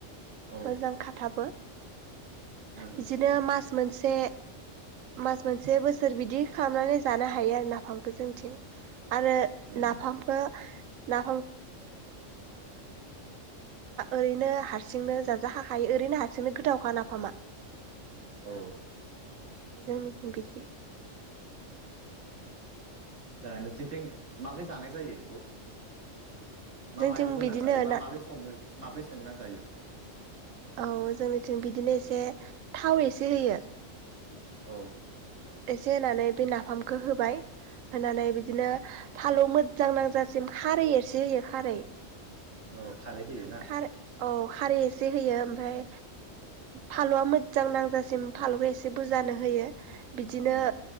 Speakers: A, on the right; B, on the right.
A: औ
B: मोजां खाथाबो
A: उम
B: बिदिनो मास मोनसे मास मोनसे बोसोर बिदि खालामनानै जानो हायो आरो नाफामखौ जोंथिं आरो
A: उम
B: नाफामखौ आ ओरैनो हारसिंनो जाजाखाखायो ओरैनो हारसिंनो गोथावखा नाफामा
A: अ
B: जोंनिथिं बिदि
A: नोंसोरनिथिं माबोरै जानाय जायो बेखौ मा
B: जोंनिथिं
A: मायाव होनानै
B: बिदिनो
A: जायोबा
B: ना
A: माबोरै सङो माबोरै संना जायो।
B: औ जोंनिथिं बिदिनो एसे थाव एसे होयो।
A: औ
B: एसे होनानै बे नाफामखौ होबाय होनानै बिदिनो फालौ मोजां नांजासिम खारै एसे होयो खारै
A: औ खारै होयो ना
B: खार औ खारै एसे होयो ओमफ्राय फालुआ मोजां नांजासिम फालुखौ एसे बुरजानो होयो। बिदिनो
A: उम